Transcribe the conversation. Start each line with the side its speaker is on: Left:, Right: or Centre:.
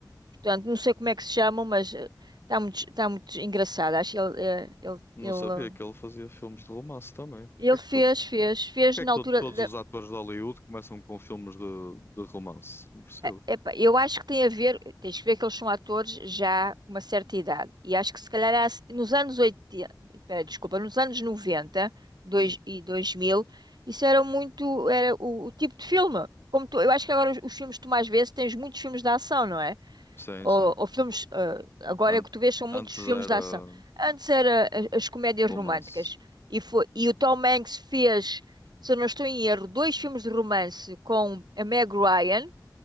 Right: Portanto, não sei como é que se chamam, mas eh, está muito, está muito engraçado. Acho que ele, eh, ele,
Left: Não
Right: ele,
Left: sabia
Right: eh,
Left: que ele fazia filmes de romance também.
Right: ele
Left: Porque é
Right: fez,
Left: que, to-
Right: fez, fez
Left: porque é
Right: na
Left: que to-
Right: altura.
Left: todos os atores de Hollywood começam com filmes de, de romance? Não percebo.
Right: É- epá, eu acho que tem a ver, tens que ver que eles são atores já com uma certa idade. E acho que se calhar há- nos anos 80, espera, desculpa, nos anos 90, dois,
Left: Hum,
Right: e 2000, isso era muito, era o, o tipo de filme. Como tu- eu acho que agora os, os filmes que tu mais vês, tens muitos filmes de ação, não é?
Left: sim,
Right: Ou,
Left: sim.
Right: ou filmes, ah, agora
Left: An-
Right: é que tu vês são muitos
Left: antes
Right: filmes
Left: era
Right: de ação. Antes era a- as, comédias
Left: romance.
Right: românticas. E, foi, e o Tom Hanks fez, se eu não estou em erro, dois filmes de romance com a Meg Ryan